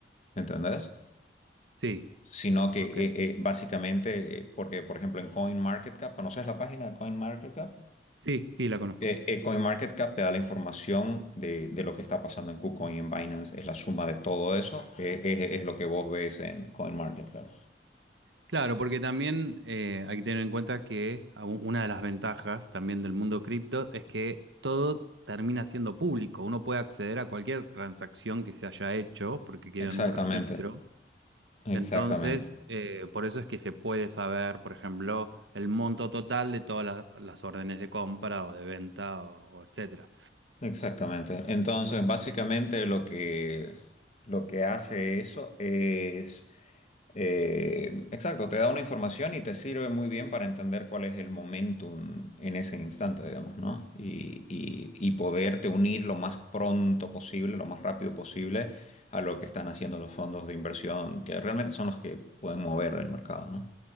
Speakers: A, on the left; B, on the right.
A: ¿Entendés?
B: Sí,
A: Sino que
B: ok.
A: eh, eh, básicamente, eh, porque por ejemplo en CoinMarketCap, ¿conoces la página de CoinMarketCap?
B: Sí, sí, la conozco.
A: Eh, eh, CoinMarketCap te da la información de, de lo que está pasando en KuCoin y en Binance, es la suma de todo eso, eh, es, es lo que vos ves en CoinMarketCap.
B: Claro, porque también eh, hay que tener en cuenta que a- u- una de las ventajas también del mundo cripto es que todo termina siendo público. Uno puede acceder a cualquier transacción que se haya hecho porque queda
A: Exactamente,
B: en un registro.
A: exactamente.
B: Entonces, eh, por eso es que se puede saber, por ejemplo, el monto total de todas la- las órdenes de compra o de venta o, o etcétera.
A: Exactamente. Entonces, básicamente lo que, lo que hace eso es, eh, exacto, te da una información y te sirve muy bien para entender cuál es el momentum en ese instante, digamos, ¿no? Y, y, y poderte unir lo más pronto posible, lo más rápido posible a lo que están haciendo los fondos de inversión, que realmente son los que pueden mover el mercado, ¿no?